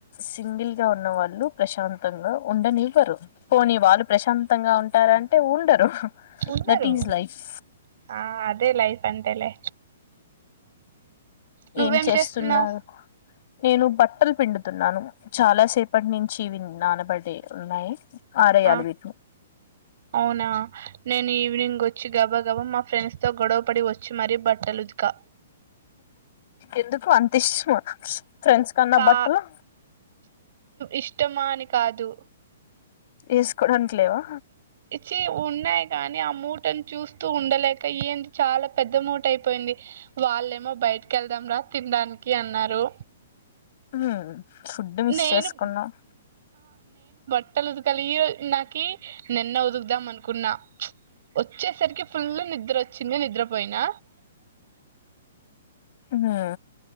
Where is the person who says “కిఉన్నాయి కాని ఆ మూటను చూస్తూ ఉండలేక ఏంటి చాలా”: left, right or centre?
Right